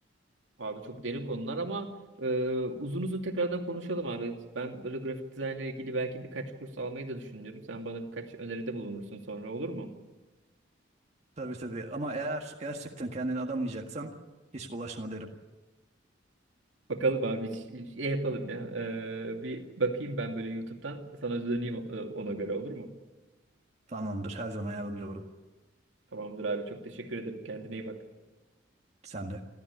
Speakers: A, on the right; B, on the right.
A: Abi çok derin konular ama e, uzun uzun tekrardan konuşalım abi. Ben böyle grafik dizaynla ilgili belki birkaç kurs almayı da düşünüyorum. Sen bana birkaç öneride bulunursun sonra olur mu?
B: Tabii tabii. Ama eğer gerçekten kendini adamayacaksan hiç bulaşma derim.
A: Bakalım abi ş- şey yapalım ya. E, bir bakayım ben böyle YouTube'dan sana döneyim e, ona göre olur mu?
B: Tamamdır. Her zaman yardımcı olurum.
A: Tamamdır abi çok teşekkür ederim. Kendine iyi bak.
B: Sen de.